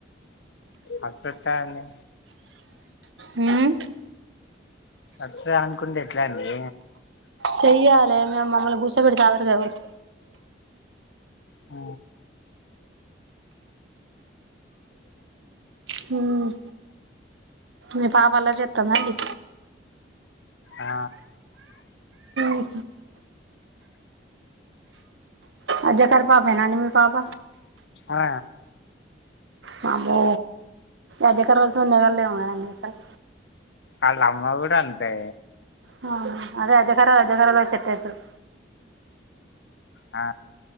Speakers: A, on the left; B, on the right.
A: అది సద్ సానే
B: హ్మ్మ్
A: అస అనుకుండేట్లాన్ని
B: చెయాలి మమ్మలు గుసోపెట్టి చేదరుగా ఎవరు
A: ఆ
B: హమ్ మీ పాప అల్లరి చెస్తాందండి
A: ఆ
B: ఉహు అజేక్కర పాఫేనా నిమి పాప
A: ఆ
B: మామో అజేకరాల త ఉన్న గలునా ఎసల్
A: వాళ్ళ అమ్మ కూడా అంతే
B: హ్మ్ అదే అదే ర రాజాకరాల సెట్ అవుతారు
A: ఆ